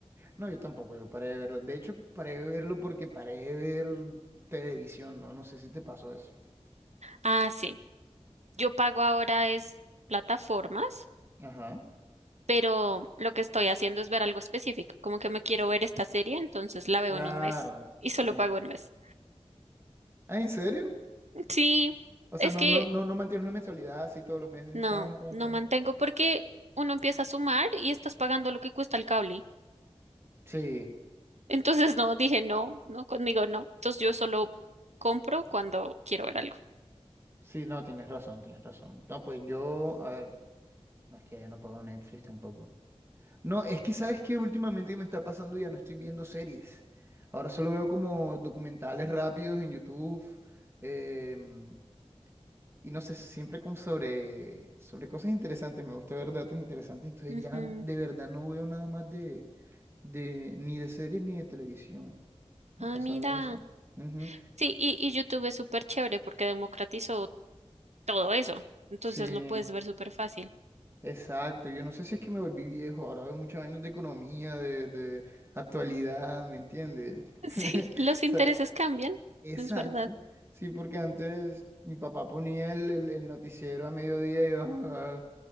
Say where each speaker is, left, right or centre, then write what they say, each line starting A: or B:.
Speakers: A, on the right; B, on the right.
A: No, yo tampoco, yo paré de verlo. De hecho, paré de verlo porque paré de ver televisión, ¿no? No sé si te pasó eso.
B: Ah, sí. Yo pago ahora es plataformas
A: Ajá.
B: pero lo que estoy haciendo es ver algo específico, como que me quiero ver esta serie, entonces la veo
A: Claro,
B: en un mes y
A: sí.
B: solo pago un mes.
A: Ah, ¿en serio?
B: Sí,
A: O sea,
B: es
A: no,
B: que
A: no, no, no mantienes una mensualidad así todos los meses.
B: no,
A: ta, ta,
B: no mantengo
A: ta.
B: porque uno empieza a sumar y estás pagando lo que cuesta el cable.
A: Sí,
B: Entonces no, dije no, no, conmigo no. Entonces yo solo compro cuando quiero ver algo.
A: sí, no, tienes razón, tienes razón. No, pues yo, a ver, no es que yo no pago Netflix tampoco. No, es que sabes que últimamente me está pasando ya no estoy viendo series. Ahora solo veo como documentales rápidos en YouTube. em, y no sé, siempre como sobre, sobre cosas interesantes. Me gusta ver datos interesantes. Entonces
B: Ujú.
A: ya de verdad no veo nada más de, de ni de series ni de televisión. Me
B: Ah,
A: ha pasado
B: mira.
A: eso. Ujú.
B: Sí, y, y YouTube es súper chévere porque democratizó todo eso. Entonces
A: Sí,
B: lo puedes ver súper fácil. <laughs>
A: exacto. Yo no sé si es que me volví viejo. Ahora veo muchas vainas de economía, de, de actualidad, ¿me entiendes? <laughs>
B: Sí, los intereses
A: O sea,
B: cambian,
A: exacto.
B: es verdad.
A: Sí, porque antes mi papá ponía el, el- el noticiero a mediodía y yo, ah,